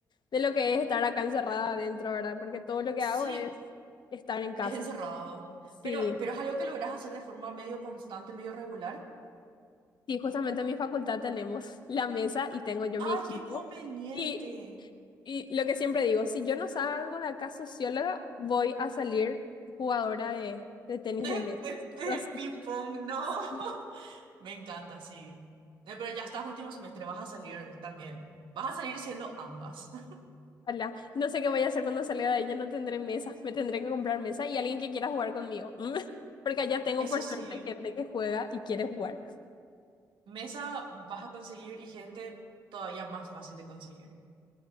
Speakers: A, on the left; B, on the right.
A: de lo que es estar acá encerrada adentro, ¿verdad? Porque todo lo que hago
B: Sí,
A: es estar en casa.
B: es encerrado.
A: Sí,
B: Pero, pero es algo que logras hacer de forma medio constante, medio regular.
A: sí, justamente en mi facultad tenemos <laughs> la mesa y tengo yo mi
B: ¡Ay,
A: equipo.
B: qué conveniente!
A: Y, y lo que siempre digo, si yo no salgo de acá socióloga, voy a salir jugadora de, de tenis
B: De,
A: de mesa.
B: de, de
A: No sé,
B: ping pong, no.
A: sí,
B: <laughs> Me encanta, sí. Eh, Pero ya estás último semestre, vas a salir también. Vas a salir siendo ambas. <laughs>
A: ojalá. No sé qué voy a hacer cuando salga de ella, no tendré mesa, me tendré que comprar mesa y alguien que quiera jugar conmigo. <laughs> Porque allá tengo
B: Eso
A: por
B: sí,
A: suerte gente que juega y quiere jugar.
B: mesa vas a conseguir y gente todavía más fácil de conseguir.